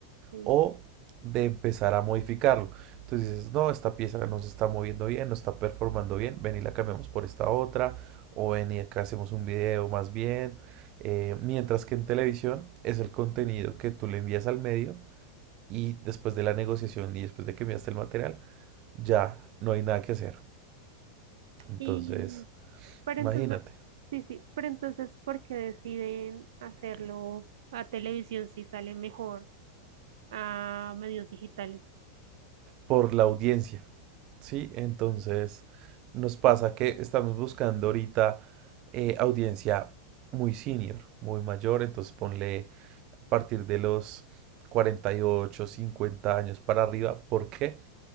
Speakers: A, on the right; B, on the right.
A: sí.
B: o de empezar a modificarlo. Entonces dices, no, esta pieza no se está moviendo bien, no está performando bien, ven y la cambiamos por esta otra, o ven y acá hacemos un video más bien. Eh, mientras que en televisión es el contenido que tú le envías al medio y después de la negociación y después de que enviaste el material, ya no hay nada que hacer. Entonces,
A: Y, pero
B: imagínate,
A: entonces, sí, sí, pero entonces, ¿por qué deciden hacerlo a televisión si sale mejor a medios digitales?
B: por la audiencia, ¿sí? Entonces, nos pasa que estamos buscando ahorita eh, audiencia muy senior, muy mayor, entonces ponle a partir de los 48, 50 años para arriba. ¿Por qué?